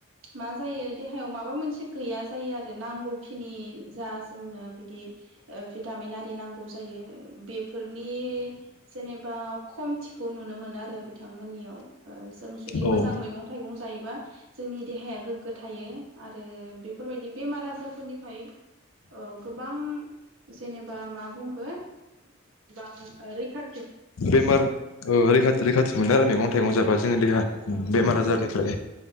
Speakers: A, on the right; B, on the left.
A: मा जायो देहायाव माबा मोनसे गैया जायो आरो नांगौखिनि जा जोंनो बिदि ओ भिटामिन आरि नांगौ जायो बे फोरनि जेनेबा खम खौ नुनो मोना आरो। आरो बिथांमोननियाव जों जुदि
B: औ
A: मोजां मैगं थाइगं जायोबा जोंनि देहाया गोग्गो थायो आरो। बेफोरबायदि बेमार आजारफोरनिफ्राय औ गोबां। जेनेबा मा बुंगोन बा रैखा
B: बेमार <inaudible> मोनो आरो मैगं थाइगं जाबा जोङो देहा
A: ओं
B: बेमार आजारनिफ्राय